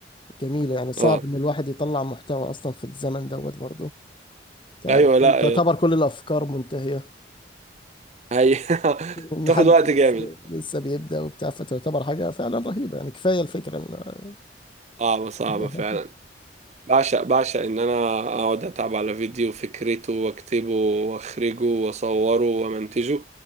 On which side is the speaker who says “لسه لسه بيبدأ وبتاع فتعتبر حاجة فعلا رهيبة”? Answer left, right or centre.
Left